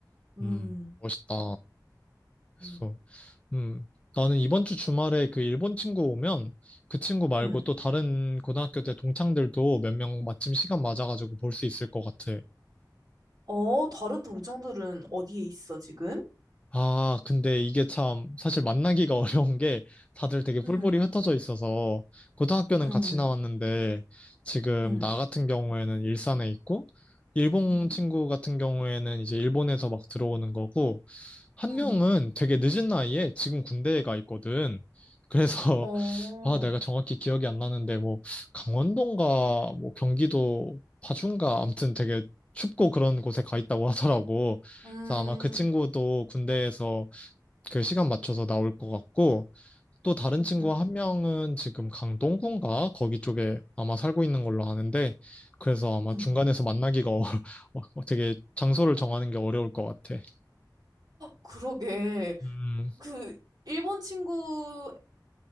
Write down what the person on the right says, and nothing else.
음,
음.
음.
어, 다른 동창들은 어디에 있어, 지금?
음,
음,
음,
음,
음,
어,
음,
음,
음.
음.
그러게.
그, 일본 친구한테